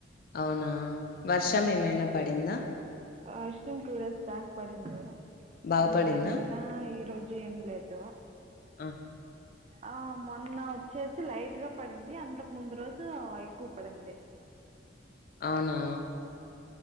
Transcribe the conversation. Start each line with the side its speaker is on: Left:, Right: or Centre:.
Left: అవునా వర్షం
Right: మ్మ్
Left: ఏమైనా పడిందా
Right: వర్షం టూ డేస్ బ్యాక్ పడింది
Left: బాగుపడిందా
Right: అంతే నిన్న ఈ రోజు ఏం లేదు
Left: అ
Right: ఆ మొన్న వచ్చేసి లైట్ గా పడింది అంతకు ముందు రోజు ఎక్కువ పడింది అ
Left: అవునా